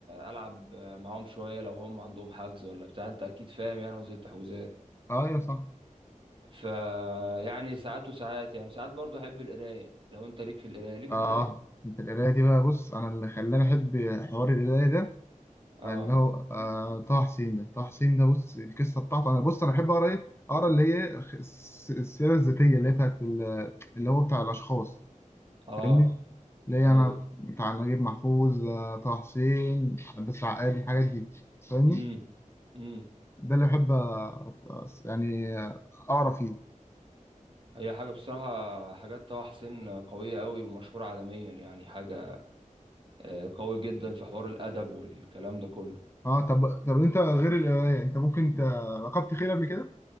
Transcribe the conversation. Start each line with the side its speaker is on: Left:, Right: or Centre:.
Right: العب معاهم شوية لو هم عندهم حجز ولا بتاع انت اكيد فاهم يعني ونزلت تحويزات
Left: آه، ايوه صح
Right: ف يعني ساعات وساعات يعني ساعات برضو احب القراية لو انت ليك في القراية ليك
Left: اه
Right: في القراية
Left: انت القرايه دي بقى بص انا اللي خلاني احب حوار القرايه ده
Right: اه
Left: اللي هو آه طه حسين ده طه حسين ده بص القصه بتاعته انا بص انا بحب اقرا ايه اقرا اللي هي خ- الس- السيره الذاتيه اللي هي بتاعت ال- اللي هو بتاع الاشخاص
Right: اه
Left: فاهمني اللي هي
Right: ايوه
Left: انا بتاع نجيب محفوظ آه، طه حسين عباس العقاد الحاجات دي فاهمني
Right: امم امم
Left: ده اللي بحب أ- أ- يعني اقرا فيه
Right: هي حاجة بصراحة حاجات طه حسين قوية قوي ومشهورة عالميا يعني حاجة آه، قوي جدا في حوار الادب والكلام ده كله
Left: اه طب طب انت غير القرايه انت ممكن ت... ركبت خيل قبل كده